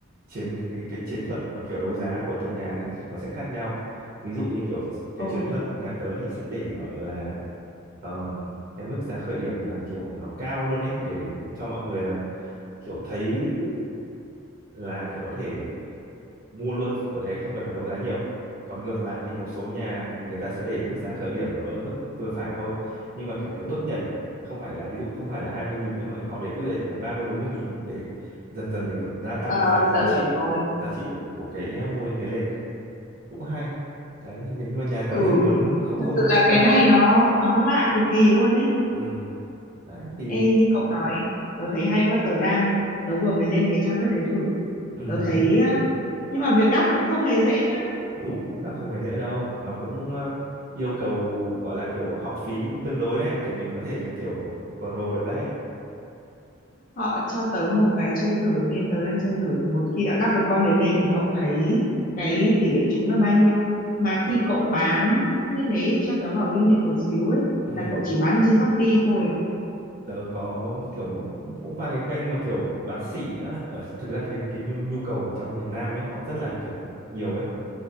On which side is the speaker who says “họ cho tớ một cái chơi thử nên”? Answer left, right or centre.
Left